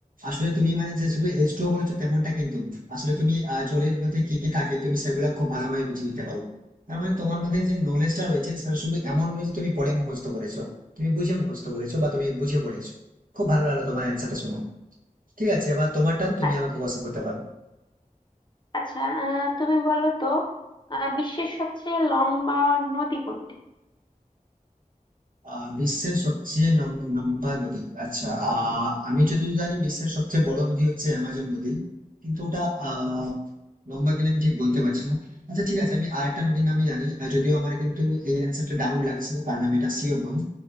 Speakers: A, on the right; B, on the left.
A: আসলে তুমি মানে যে শুধু এজ টু বলেছো তেমনটা কিন্তু না। আসলে তুমি আহ, জলের মধ্যে কি কি থাকে তুমি সেগুলো খুব ভালোভাবে বুঝে দিতে পারো তার মানে তোমার মধ্যে যে নলেজটা রয়েছে সেটা শুধু এমন নয় যে তুমি পড়ে মুখস্থ করেছো তুমি বুঝে মুখস্থ করেছো বা তুমি বুঝে পড়েছো খুব ভালো লাগলো তোমার অ্যান্সারটা শুনো ঠিক আছে এবার তোমার টান তুমি
B: আ-
A: আমাকে কোশ্চেন করতে পারো
B: আচ্ছা আহ, তুমি বলো তো আহ, বিশ্বের সবচেয়ে লম্বা নদী কোনটি
A: আহ, বিশ্বের সবচেয়ে লম- লম্বা নদী আচ্ছা আহ আমি যতদূর জানি বিশ্বের সবচেয়ে বড় নদী হচ্ছে অ্যামাজন নদী কিন্তু ওটা আহ লম্বা কিনা আমি ঠিক বলতে পারছি না আচ্ছা ঠিক আছে আমি আরেকটা নদীর নামই জানি আহ, যদিও আমার কিন্তু এই অ্যান্সারটা ডাউট লাগছে কারণ আমি এটা শিওর নই